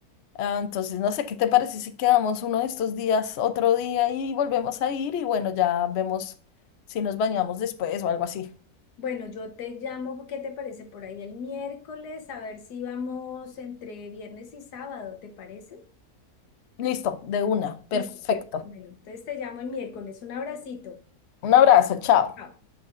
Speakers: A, on the left; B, on the left.
A: Ah, entonces, no sé, ¿qué te parece si quedamos uno de estos días, otro día y volvemos a ir y bueno, ya vemos si nos bañamos después o algo así.
B: Bueno, yo te llamo, ¿qué te parece? Por ahí el miércoles, a ver si vamos entre viernes y sábado, ¿te parece?
A: Listo, de una, perfecto.
B: Listo. Bueno, entonces te llamo el miércoles. Un abracito.
A: Un abrazo, chao.
B: Chao.